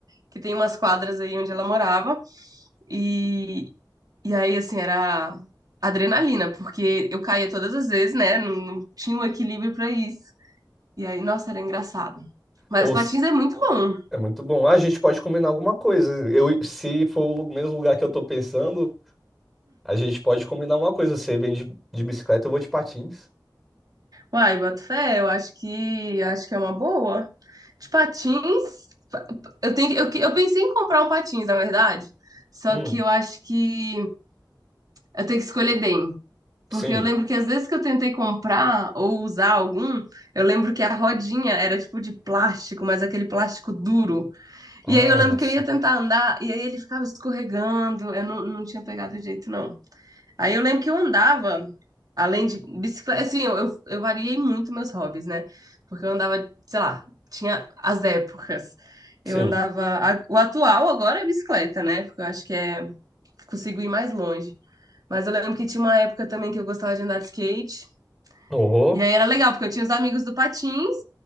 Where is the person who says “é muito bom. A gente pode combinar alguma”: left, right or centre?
Centre